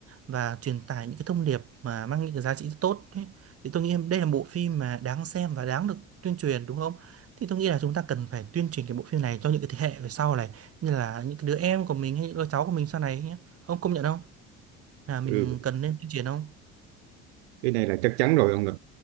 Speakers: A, on the right (about 50°); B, on the right (about 85°).
A: và truyền tải những cái thông điệp mà mang những cái giá trị rất tốt ấy. thì tôi nghĩ đây là bộ phim mà đáng xem và đáng được tuyên truyền đúng không thì tôi nghĩ là chúng ta cần phải tuyên truyền cái bộ phim này cho những cái thế hệ về sau này như là những cái đứa em của mình hay những đứa cháu của mình sau này nhé. Ông công nhận không? Là mình
B: ừ
A: cần nên tuyên truyền không?
B: cái này là chắc chắn rồi ông ạ